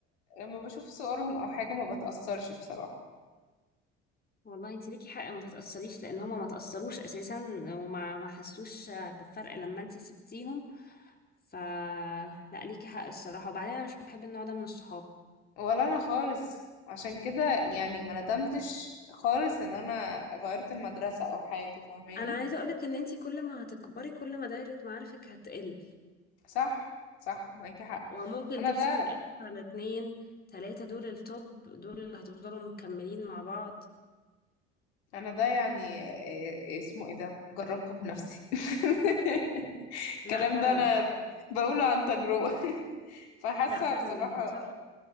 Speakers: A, on the left (about 75°); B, on the left (about 25°).
A: لما بشوف صورهم او حاجة ما بتأثرش بصراحة
B: والله انت ليكي حق ما تتأثريش لان هما ما تأثروش اساسا وما ما حسوش بالفرق لما انت سبتيهم ف لا ليكي حق الصراحة وبعدين انا مش بحب النوع ده من الصحاب
A: ولا انا خالص عشان كده يعني ما ندمتش خالص ان انا غيرت المدرسة او حاجة فاهماني
B: انا عايزه اقولك ان انتي كل ما هتكبري كل ما دايره معارفك هتقل
A: صح صح معاكي حق
B: وممكن
A: انا
B: ترسى
A: ده
B: في الاخر على اتنين تلاته دول التوب دول اللي هتفضلوا مكملين مع بعض
A: انا ده يعني إيه- اسمه ايه ده جربته بنفسي <laughs> الكلام
B: لا فعلا
A: ده انا ب- بقوله عن تجربة <laughs> فحاسة
B: لا فعلا
A: بصراحة
B: مش صح